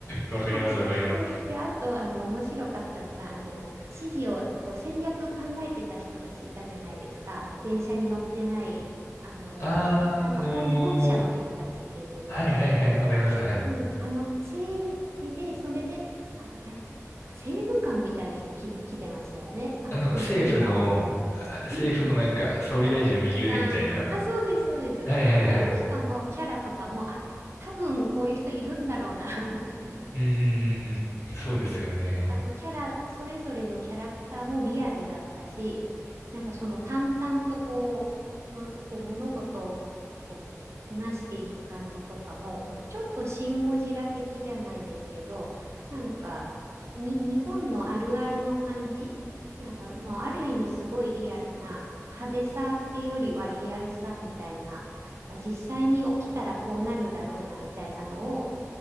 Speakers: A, on the left (about 55°); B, on the right (about 55°).
A: わかります、
B: あと、
A: わかります。
B: そう。で、あと、あの、面白かったのが、あの、指示を、こう、戦略考えてた人たちいたじゃないですか。あの、電車に乗ってない、あの、
A: ああ、
B: なんか本、
A: あのー
B: 本社の人たちっていうんですかね。
A: はいはいはい、わかります、はい。
B: うん、あの、政で、それで、あの、誰、なんか政務官みたいな人き、来てましたよね。あの、
A: あの、
B: 国、
A: 政府の、
B: 国から。
A: あ政府のなんか、
B: うんうん。
A: 総理大臣の右腕みたいな。
B: 役人さん。あ、そうです、そうです。
A: はいはいはい。
B: あの人のキャラとかも、あ、多分こういう人いるんだろうな、<laughs> みたいな。
A: うんうんうんうん。そうですよね。
B: あのキャラ、それぞれのキャラクターもリアルだったし、なんかその淡々とこう、むこう物事をこうこなしていく感じとかも、こうちょっとシン・ゴジラ的じゃないですけど、なんかに日本のあるあるの感じ、なんかもうある意味すごいリアルな派手さっていうよりはリアルさみたいな、あ実際に起きたらこうなるだろうなみたいなのを